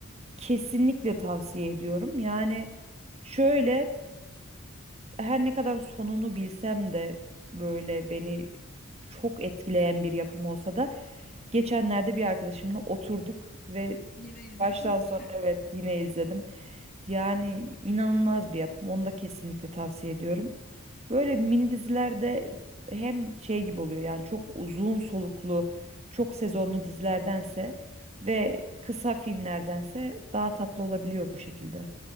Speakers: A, on the right; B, on the left.
A: Kesinlikle tavsiye ediyorum. Yani şöyle her ne kadar sonunu bilsem de böyle beni çok etkileyen bir yapım olsa da geçenlerde bir arkadaşımla oturduk ve
B: Yine izledin
A: baştan
B: mi?
A: sona evet yine izledim. Yani inanılmaz bir yapım. Onu da kesinlikle tavsiye ediyorum. Böyle mini dizilerde hem şey gibi oluyor yani çok uzun soluklu, çok sezonlu dizilerdense ve kısa filmlerdense daha tatlı olabiliyor bu şekilde.